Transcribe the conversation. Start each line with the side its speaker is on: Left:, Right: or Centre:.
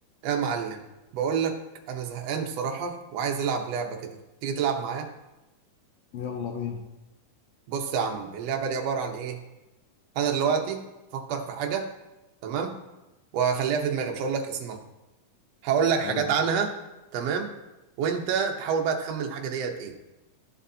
Right: يا معلم بقول لك انا زهقان بصراحه وعايز العب لعبه كده تيجي تلعب معايا
Left: يلا بينا
Right: بص يا عم اللعبه دي عباره عن ايه انا دلوقتي افكر في حاجه تمام وهخليها في دماغي مش هقول لك اسمها هقول لك
Left: حلو
Right: حاجات عنها تمام وانت تحاول بقى تخمن الحاجه ديت ايه